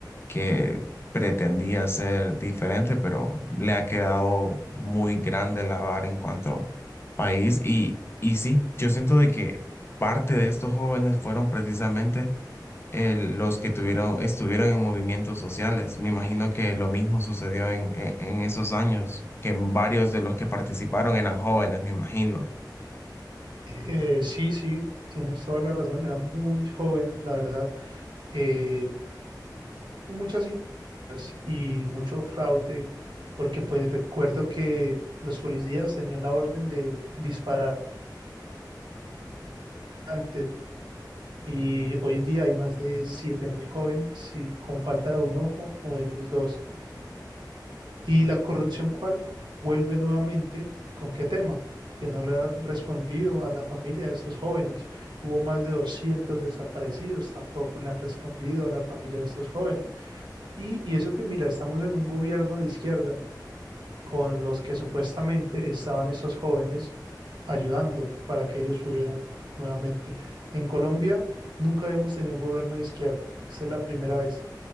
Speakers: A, on the left (about 30°); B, on the right (about 80°).
A: que pretendía ser diferente, pero le ha quedado muy grande la vara en cuanto país. Y, y sí, yo siento de que parte de estos jóvenes fueron precisamente eh, los que tuvieron, estuvieron en movimientos sociales. Me imagino que lo mismo sucedió en, en- en esos años, que varios de los que participaron eran jóvenes, me imagino.
B: eh, sí, sí, tienes toda la razón, eran muy jóvenes, la verdad, eh, muchas y y mucho fraude, porque pues recuerdo que los policías tenían la orden de disparar antes. Y hoy en día hay más de siete mil jóvenes sí, con falta de un ojo o de los dos. ¿Y la corrupción cuál? Vuelve nuevamente con qué tema, que no le ha respondido a la familia de estos jóvenes. Hubo más de 200 desaparecidos, tampoco le han respondido a la familia de estos jóvenes. Y, y eso que mira, estamos en un gobierno de izquierda con los que supuestamente estaban estos jóvenes ayudando para que ellos pudieran nuevamente. En Colombia nunca habíamos tenido un gobierno de izquierda, esa es la primera vez